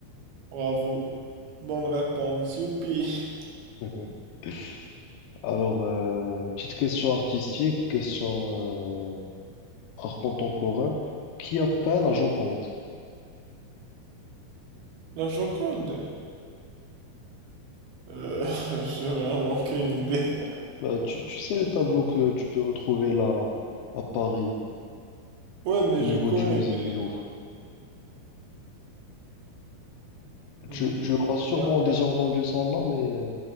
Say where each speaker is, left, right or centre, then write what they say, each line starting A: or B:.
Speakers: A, on the right; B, on the left.
A: Bravo. Bonne réponse, youpi.
B: Mhm. <laughs> Alors, euh, petite question artistique, question euh, art contemporain. Qui a peint la Joconde?
A: La Joconde? Euh, <laughs> j'ai vraiment aucune idée.
B: Bah, tu, tu sais le tableau que tu peux retrouver là à Paris,
A: Ouais, mais
B: au niveau
A: je connais.
B: du musée
A: mais-
B: du Louvre.
A: Hmm,
B: Tu, tu auras sûrement
A: y a pas-
B: déjà entendu son nom, mais euh,